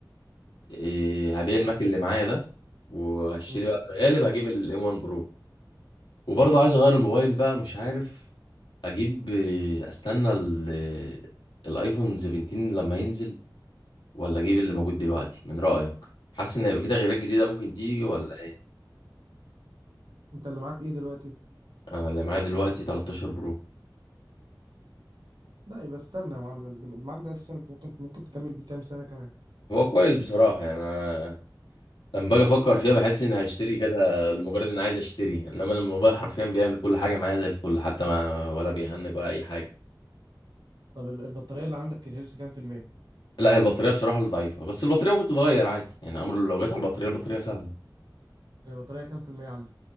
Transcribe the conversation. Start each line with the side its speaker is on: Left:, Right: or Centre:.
Left: إيه هبيع الماك اللي معايا ده وهشتري
Right: م.
Left: بقى في الغالب هجيب الام 1 برو وبرضه عايز اغير الموبايل بقى مش عارف اجيب آه، استنى ال- آه، الايفون 17 لما ينزل ولا اجيب اللي موجود دلوقتي من رأيك حاسس ان هيبقى في تغييرات جديدة ممكن تيجي
Right: انت
Left: ولا ايه
Right: انت اللي معاك ايه دلوقتي
Left: انا اللي معايا دلوقتي 13 برو
Right: لا يبقى استنى يا معلم اللي معاك ده اساسا انت ممكن ممكن تكمل بيه كام سنه كمان
Left: هو كويس بصراحة يعني انا لما باجي افكر فيها بحس اني هشتري كده لمجرد اني عايز اشتري انما أنا الموبايل حرفيا بيعمل كل حاجة معايا زي الفل حتى ما ولا بيهنج ولا اي حاجة
Right: طب ال- البطاريه اللي عندك الهيلث كام في الميه
Left: لا هي البطارية بصراحة اللي ضعيفة بس البطارية ممكن تتغير عادي يعني امر لو جت على البطارية البطارية سهلة
Right: البطاريه كام في الميه عندك